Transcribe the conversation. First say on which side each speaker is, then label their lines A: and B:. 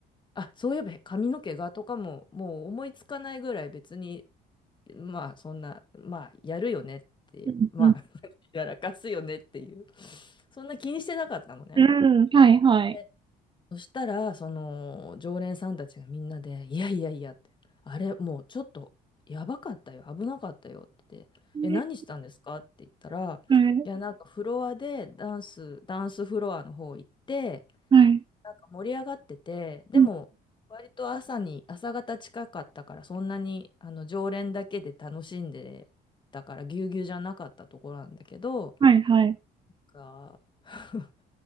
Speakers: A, on the left; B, on the right.
A: あ、そういえば髪の毛がとかも、もう思いつかないぐらい別に、まあそんな、まあやるよねって、
B: うん、
A: まあ
B: うん、
A: <laughs> やらかすよねっていう、そんな気にしてなかったのね。
B: うん、はい、はい。
A: でそしたら、その、常連さんたちがみんなで、いやいやいやって、あれ、もうちょっと、やばかったよ、危なかったよって、
B: ね
A: え、何したんですかって言ったら、
B: はい、
A: いや、なんかフロアで、ダンス、ダンスフロアの方行って、
B: はい。
A: なんか盛り上がってて、でも、
B: うん、
A: 割と朝に、朝方近かったから、そんなに、あの、常連だけで楽しんでたから、ぎゅうぎゅうじゃなかったところなんだけど、
B: はい、はい。
A: が <laughs>